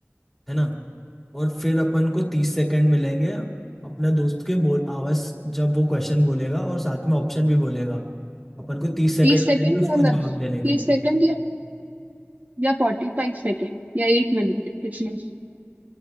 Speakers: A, in the centre; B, on the right.
A: है ना और फिर अपन को तीस सेकंड मिलेंगे अपने दोस्त के बोल आवाज जब वो क्वेश्चन बोलेगा और साथ में ऑप्शन भी बोलेगा अपन को तीस सेकंड
B: तीस सेकंड
A: मिलेंगे उसको
B: या मतलब
A: जवाब देने के
B: तीस
A: लिए
B: सेकंड या या फोर्टी फाइव सेकेंड या एक मिनट कितना